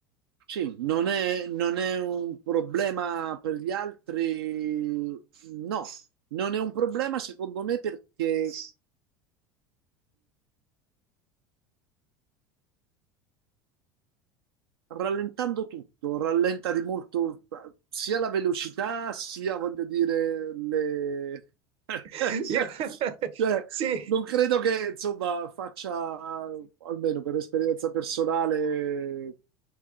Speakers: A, on the right; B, on the right.
A: sì, non è, non è un problema per gli altri, no, non è un problema secondo me perché Rallentando tutto, rallenta di molto eh, sia la velocità, sia voglio dire le... <laughs>
B: <laughs> Io- <laughs>
A: Cioè,
B: Sì,
A: non credo che insomma faccia, almeno per esperienza personale,